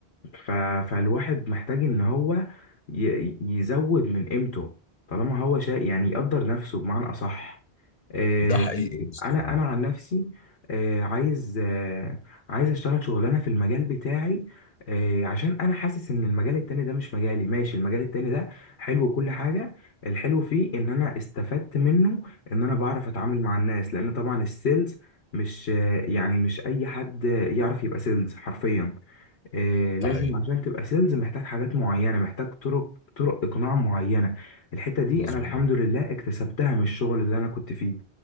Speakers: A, on the left; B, on the left.
A: ف... فالواحد محتاج ان هو ي... يزود من قيمته طالما هو شيء يعني يقدر نفسه بمعنى اصح آه،
B: ده حقيقي يا اسطى
A: انا
B: آه،
A: انا عن نفسي آه، عايز آه، عايز اشتغل شغلانه في المجال بتاعي آه، عشان انا حاسس ان المجال التاني ده مش مجالي ماشي المجال التاني ده حلو وكل حاجه الحلو فيه ان انا استفدت منه ان انا بعرف اتعامل مع الناس لان طبعا السيلز مش آه، يعني مش اي حد يعرف يبقى سيلز حرفيا آه، لازم
B: ده حقيقي
A: عشان تبقى سيلز محتاج حاجات معينة محتاج طرق طرق إقناع معينة الحتة دي
B: مظبوط
A: أنا الحمد لله اكتسبتها من الشغل اللي أنا كنت فيه